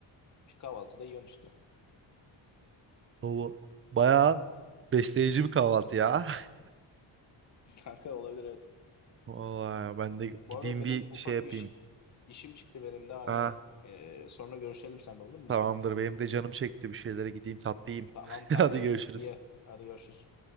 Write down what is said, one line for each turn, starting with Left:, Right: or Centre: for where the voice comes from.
Left: İşte Kahvaltıda yiyorsun işte.
Right: O bayağı besleyici bir kahvaltı ya.
Left: <laughs> Kanka olabilir evet.
Right: <laughs> Vallahi ben de
Left: Bu
Right: gideyim
Left: arada benim
Right: bir
Left: ufak
Right: şey yapayım.
Left: bir iş, işim çıktı benim de aynen.
Right: Ha,
Left: Ee, sonra görüşelim seninle olur mu
Right: tamamdır.
Left: bu konuyu?
Right: Benim de canım çekti. Bir şeylere gideyim tatlı yiyeyim.
Left: Tamam
Right: <laughs>
Left: kanka
Right: Hadi görüşürüz.
Left: git bir ye. Hadi görüşürüz.